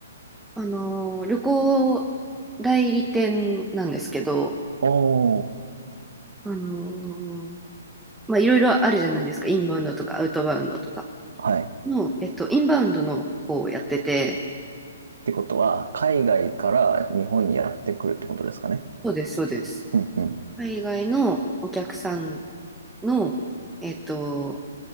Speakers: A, in the centre; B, on the right.
A: あのー、旅行代理店なんですけど、
B: おー。
A: あのーまあ、いろいろあるじゃないですか。インバウンドとかアウトバウンドとか
B: はい。っ
A: の、えっと、インバウンドの方をやってて、
B: てことは、海外から日本にやってくるってことですかね。
A: そうです、そうです。
B: うんうん。
A: 海外のお客さんの、えっと、